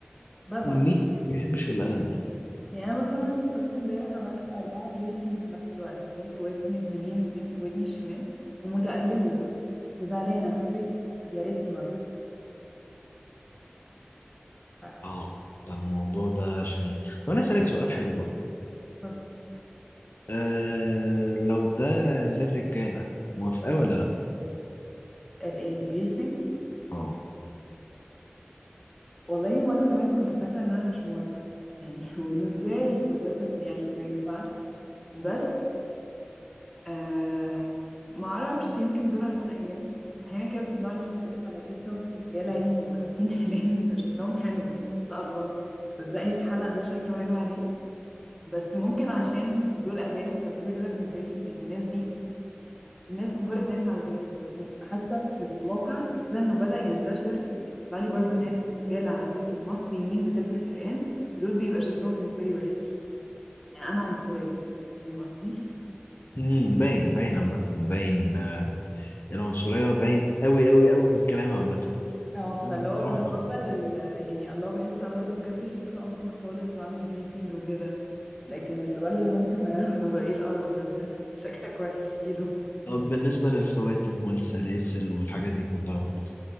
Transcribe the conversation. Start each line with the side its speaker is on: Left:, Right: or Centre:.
Centre: بزعل
Left: مين ما بيحبش الألم يعني
Centre: يعني انا مثلا رحت امبارح عملت أربعة بيرسينج في نفس الوقت اتنين في ودني اليمين واتنين في ودني الشمال ومتألمة وزعلانة حسيت يا ريتني ما رحت ف
Left: اه ده الموضوع ده شنيع طب انا اسألك سؤال حلو بقى
Centre: ف-
Left: آه لو ده للرجالة موافقة ولا لا
Centre: الايه البيرسينج
Left: اه
Centre: والله وانا زمان كنت فاكرة ان انا مش موافقة يعني <laughs> وانه ازاي وده تت- يعني ما ينفعش بس آه ما اعرفش يمكن دول عشان اجانب احيانا كده بيطلع لي ناس على تيك توك رجاله يعني بيبقوا لابسين <laughs> حلال بيبقى شكلهم حلو يعني بحس آه الله تصدقي الحلق ده شكله حلو عليه بس ممكن عشان دول اجانب فكده كده بالنسبه لي يعني الناس دي ناس مجرد ناس على تيك توك بس م- حاسه في الواقع خصوصا انه بدأ ينتشر يعني بيطلع لي برضو ناس رجاله على تيك توك مصريين بتلبس حلقان دول بيبقى شكلهم بالنسبه لي وحش يعني انا عنصريه فاهم قصدي
Left: امم باين باين عامة باين آه العنصرية باين قوي قوي قوي من الكلام عامة
Centre: اه فاللي
Left: بصراحة
Centre: هو بتقبل ال... يعني الله بحس الله ده بجد شكله أمور خالص وعامل بيرسينج وكده لكن الولد المصري ما <laughs> يعرف بقى ايه القرف ده بجد <laughs> شكلك وحش شيله
Left: طب بالنسبة للخواتم والسلاسل والحاجات دي كلها برضه